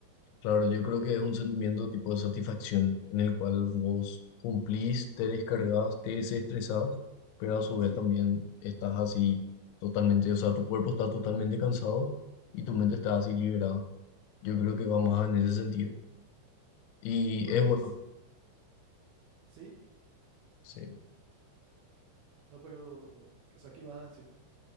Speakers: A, on the left; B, on the right.
A: Claro, yo creo que es un sentimiento tipo de satisfacción en el cual vos cumplís, te descargas, te desestresás, pero a su vez
B: Sí.
A: también estás así totalmente, o sea, tu cuerpo está totalmente cansado y tu mente está así liberada. Yo creo que va más en ese sentido. Y
B: ¿Y cuál
A: es
B: es?
A: bueno,
B: Sí,
A: sí.
B: no, pero, o sea, ¿qué vas a decir?